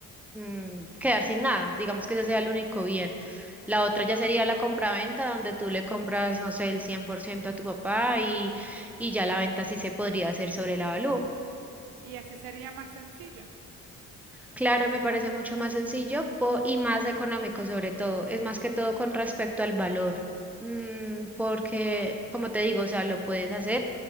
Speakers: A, in the centre; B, on the right.
A: mm, quedar sin nada. Digamos que ese sea el único bien. La otra ya
B: Ok.
A: sería la compraventa, donde tú le compras, no sé, el 100% a tu papá y, y ya la venta sí se podría hacer sobre el avalúo.
B: Y así sería más sencillo.
A: Claro, me parece mucho más sencillo po- y más económico sobre todo. Es más que todo con respecto al valor, Mm, porque como te digo, o sea, lo puedes hacer